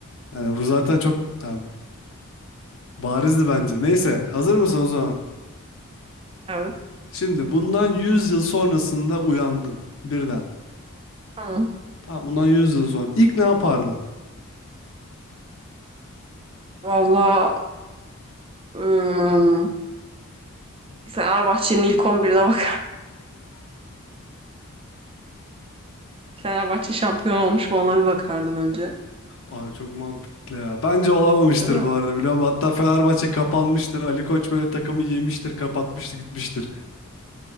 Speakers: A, on the left; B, on the right.
A: Yani bu zaten çok ha, barizdi bence. Neyse hazır mısın o zaman?
B: Evet.
A: Şimdi bundan 100 yıl sonrasında uyandın birden.
B: Tamam.
A: Tamam bundan 100 yıl sonra. İlk ne yapardın?
B: Valla ım, Fenerbahçe'nin ilk 11'ine bak. <laughs> Fenerbahçe şampiyon olmuş mu ona bir bakardım önce.
A: Abi çok mantıklı ya. Bence olamamıştır
B: Değil mi?
A: bu arada biliyor musun? Hatta Fenerbahçe kapanmıştır. Ali Koç böyle takımı yemiştir, kapatmıştır, gitmiştir.